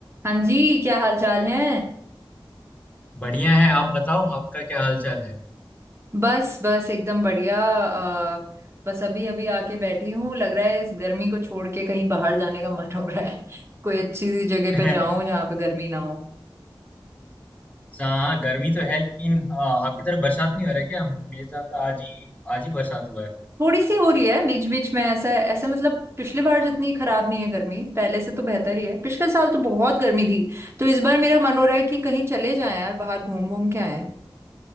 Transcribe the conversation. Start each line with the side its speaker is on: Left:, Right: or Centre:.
Right: हाँ जी क्या हाल चाल है
Left: बढ़िया है आप बताओ आपका क्या हाल चाल है
Right: बस बस एकदम बढ़िया अ, बस अभी अभी आके बैठी हूँ लग रहा है इस गर्मी को छोड़ के कहीं बाहर जाने का मन <laughs> हो रहा है <laughs> कोई अच्छी सी जगह
Left: <laughs>
Right: पे जाऊं जहाँ पे गर्मी ना हो
Left: हाँ गर्मी तो है लेकिन हाँ, आपकी तरफ बरसात नहीं हो रहा है क्या मेरे तरफ तो आज ही आज ही बरसात हुआ है
Right: थोड़ी सी हो रही है बीच बीच में ऐसा ऐसा मतलब पिछली बार जितनी खराब नहीं है गर्मी पहले से तो बेहतर ही है पिछले साल तो बहुत गर्मी थी तो इस बार मेरा मन हो रहा है कि कहीं चले जाएं यार बाहर घूम घूम के आए